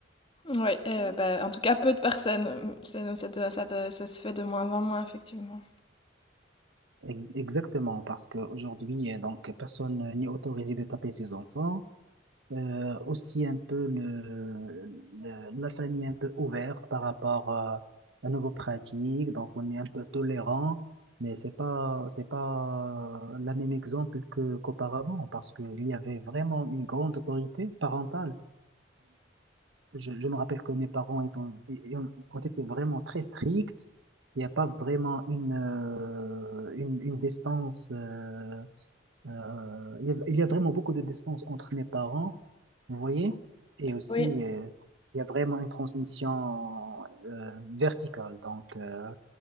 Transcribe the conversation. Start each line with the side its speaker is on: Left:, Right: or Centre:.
Left: Oui, euh, bah, en tout cas, peu de personnes. C'est- ça te- ça te- ça se fait de moins en moins, effectivement.
Right: E- Exactement, parce qu'aujourd'hui, euh, donc, personne n'est autorisé de taper ses enfants. euh, aussi un peu le, le- la famille est un peu ouverte par rapport à à nouveaux pratiques, donc on est un peu tolérant, mais c'est pas c'est pas la même exemple que qu'auparavant parce qu'il y avait vraiment une grande autorité parentale. Je, je me rappelle que mes parents ils ont, ils ont- ont été vraiment très stricts. Il n'y a pas vraiment une, euh, une, une distance euh, euh, il y a, il y a vraiment beaucoup de distance entre mes parents, vous voyez, et aussi
Left: Oui.
Right: euh, il y a vraiment une transmission euh, verticale. Donc, euh,